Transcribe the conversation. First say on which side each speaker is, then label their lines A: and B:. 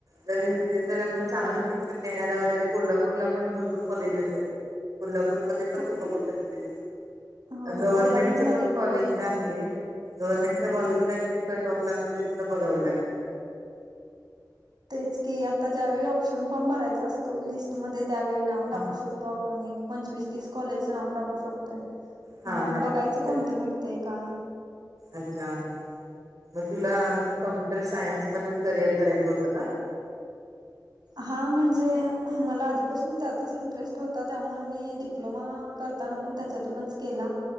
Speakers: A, on the right (about 50°); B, on the right (about 70°).
A: जे जर मग चांगलं शिक्षण देणारऱ्या वगैरे, कोल्हापूरला पण भरपूर कॉलेजेस आहेत. कोल्हापूरमध्ये पण
B: हो
A: तू बघू शकतेस.
B: हो
A: गव्हर्मेंटच्या
B: कोल्हापूरमध्ये
A: पण कॉलेज
B: आहेत.
A: ना, गव्हर्नमेंटच्या कॉलेजला किती कट ऑफ लागत ते त बघावं लागेल तर,
B: तेच की आता ज्यावेळी ऑप्शन फॉर्म भरायचा असतो, लिस्टमध्ये त्यावेळी नाव टाकू
A: हा
B: शकतो. तो आपण एक पंचवीस तीस कॉलेजचं नाव टाकू शकतोय.
A: हा
B: मग
A: टाकू
B: बघायचं
A: शकते
B: कोणतं भेटतंय काय?
A: अच्छा. मग तुला कॉम्प्युटर सायन्स मध्येच करिअर करायचं होतं का?
B: हा म्हणजे, मला आधीपासून त्यातच इंटरेस्ट होता त्यामुळे मी डिप्लोमा करताना. पण त्यांच्यातून चं केला.